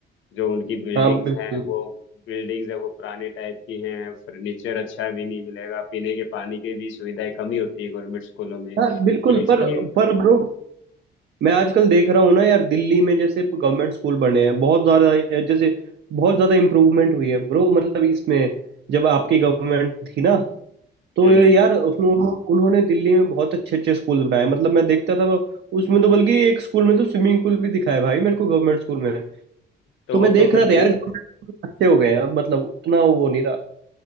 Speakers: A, on the left; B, on the right.
A: जो उनकी बिल्डिंग्स
B: हाँ बिल्कुल
A: हैं वो बिल्डिंग्स है वो पुराने टाइप की हैं फर्नीचर अच्छा भी नहीं मिलेगा पीने के पानी की भी सुविधाएं कमी होती है गवर्नमेंट स्कूलों में
B: हाँ बिल्कुल
A: ये चीज-
B: पर पर ब्रो मैं आजकल देख रहा हूँ ना यार दिल्ली में जैसे गवर्नमेंट स्कूल बने हैं बहुत ज़्यादा जैसे बहुत ज़्यादा इम्प्रूवमेंट हुई है ब्रो मतलब इसमें जब आपकी गवर्नमेंट थी ना तो
A: हम्म
B: यार उसमें उन्हों- उन्होंने दिल्ली में बहुत अच्छे अच्छे स्कूल बनाए मतलब मैं देखता था वो- उसमें तो बल्कि एक स्कूल में तो स्विमिंग पूल भी दिखाया भाई मेरे को गवर्नमेंट स्कूल में
A: तो
B: तो मैं
A: वो
B: देख
A: तो फिर
B: रहा था यार
A: दे-
B: गवर्नमेंट स्कूल अच्छे हो गए हैं अब मतलब उतना वो नहीं रहा